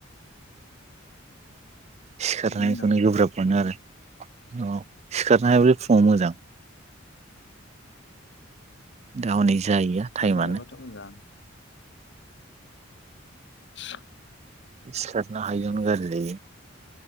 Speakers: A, on the right (about 35°); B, on the left (about 60°).
A: सिखारनायखौनो
B: बिदि होननांगौ जाहैबाय
A: गोब्राब मोनो आरो औ सिखारनो हायोबालाय फुङाव मोजां दा हनै जाहैया
B: सिखारनो
A: टाइमानो
B: हायोबाथ' मोजां <unintelligible>
A: सिखारनो हायियावनो गारजिलै